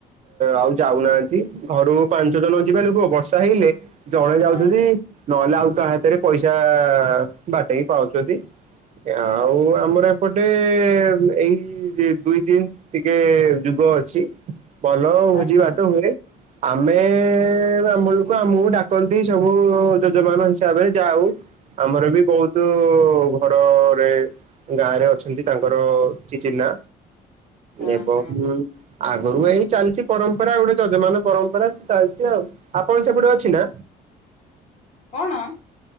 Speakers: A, on the right (about 45°); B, on the left (about 45°).
A: ଆଉ ଯାଉନାହାନ୍ତି ଘରୁ ପାଞ୍ଚ ଜଣ ଯିବା ଲୁକ ବର୍ଷା ହେଇଲେ ଜଣେ ଯାଉଛନ୍ତି
B: ହଁ ହଁ
A: ନହେଲେ ଆଉ ତା ହାତରେ ପଇସା ବାଟେଇକି ପାଉଛନ୍ତି ଆଉ ଆମର ଏପଟେ ଏଇ ଦୁଇ ଦିନ ଟିକେ ଯୁଗ ଅଛି। ଭଲ ଭୋଜି
B: ଆଜ୍ଞା
A: ଭାତ ହୁଏ ଆମେ ଆମକୁ ଡାକନ୍ତି ସବୁ ଯୋଜମାନ ହିସାବରେ ଯାହା ହଉ ଆମର ବି ବହୁତ ଘରରେ ଗାଁରେ ଅଛନ୍ତି। ତାଙ୍କର ଚି ଚିହ୍ନା
B: ହଁ
A: ଏବଂ
B: ହଁ ହଁ
A: ଆଗରୁ ଏଇ ଚାଲିଛି ପରମ୍ପରା ଗୋଟେ ଯଜମାନ ପରମ୍ପରା ସେ ଚାଲିଛି ଆଉ ଆପଣ ସେପଟେ ଅଛି ନା?
B: କଣ?